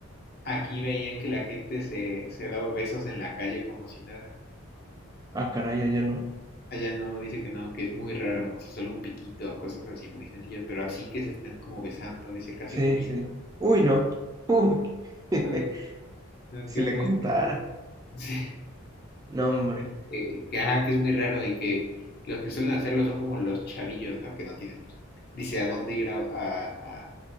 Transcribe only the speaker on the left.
aquí veían que la gente se, se daba besos en la calle como si nada.
Allá no, dice que no, que es muy raro, o sea, solo un piquito, cosas así muy sencillas, pero así que se estén como besando, dice, casi
comiendo.
Uy, no,
que es
muy,
muy raro. <laughs> Sí.
Dice que, que, ajá, que es muy raro y que los que suelen hacerlo son como los chavillos, ¿no? Que no tienen, pues, dice a dónde ir a, a-